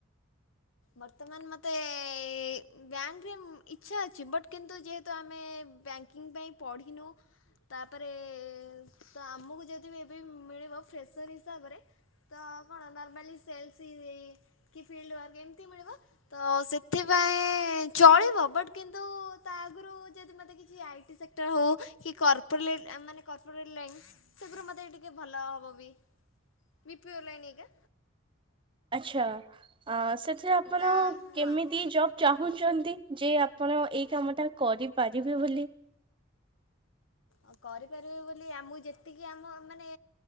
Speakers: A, on the left; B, on the right.
A: ବର୍ତ୍ତମାନ ମତେ ବ୍ୟାଙ୍କ ରେ ଇଚ୍ଛା ଅଛି ବଟ୍ କିନ୍ତୁ ଯେହେତୁ ଆମେ ବ୍ୟାଙ୍କିଙ୍ଗ ପାଇଁ ପଢ଼ିନୁ ତାପରେ ତ ଆମକୁ ଯଦି ବି ଏବେ ମିଳିବ ଫ୍ରସର ହିସାବରେ ତ କଣ ନର୍ମାଲି ସେଲସ୍ କି ଫିଲ୍ଡ ୱର୍କିଙ୍ଗ ମିଳିବ ତ ସେଥିପାଇଁ ଚଳିବ ବଟ୍ କିନ୍ତୁ ତା ଆଗରୁ ଯଦି ମତେ କିଛି ଆଇଟି ସେକ୍ଟର୍ ହଉ କି କରପଲ୍ ମାନେ କର୍ପୋଲ ଲାଇନ ସେଗରୁ ମତେ ଟିକେ ଭଲ ହବ ବି। ବିପିଓର୍ ଲାଇନ୍ ହେଗା
B: ଆଚ୍ଛା ଆଁ ସେଥିରେ ଅପ୍ ଆପଣ
A: ତା
B: କେମିତି
A: ହଁ
B: ଜବ ଚାହୁଁଛନ୍ତି ଯେ ଆପଣ ଏଇ କାମ ଟା କରିପାରିବେ ବୋଲି।
A: ଆ କରିପାରିବେ ବୋଲି ଆମକୁ ଯେତିକି ଆମ ମାନେ